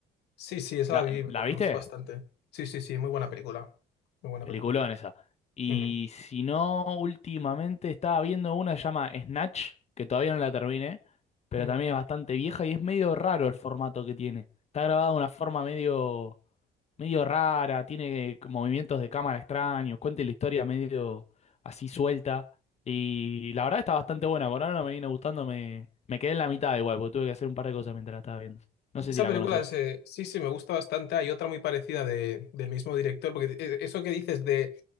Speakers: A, on the left; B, on the left.
A: Sí, sí, esa
B: ¿La,
A: la vi, me
B: la viste?
A: me gustó bastante. Sí, sí, sí, muy buena película. Muy buena
B: Peliculón
A: película.
B: esa. Y
A: Ujú.
B: si no, últimamente estaba viendo una que se llama Snatch, que todavía no la terminé, pero
A: Mm.
B: también es bastante vieja y es medio raro el formato que tiene. Está grabada de una forma medio, medio rara, tiene eh, movimientos de cámara extraños, cuenta la historia medio así suelta. Y la verdad está bastante buena, por ahora no me viene gustando, me, me quedé en la mitad igual, porque tuve que hacer un par de cosas mientras la estaba viendo. No sé
A: Esa
B: si la
A: película
B: conoces.
A: se- sí, sí, me gusta bastante. Hay otra muy parecida de, del mismo director, porque eh, eso que dices de,